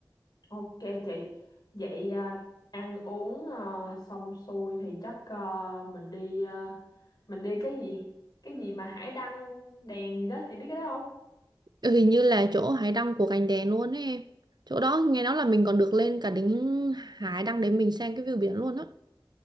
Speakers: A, on the left; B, on the right.
A: Ok chị, vậy à, ăn uống à, xong xuôi thì chắc à, mình đi à, mình đi cái gì? Cái gì mà hải đăng đèn gì đó, chị biết cái đó không?
B: Ừ, Hình như là chỗ hải đăng của Cành Đèn luôn ấy em. Chỗ đó nghe nói là mình còn được lên cả đỉnh hải đăng để mình xem cái view biển luôn á.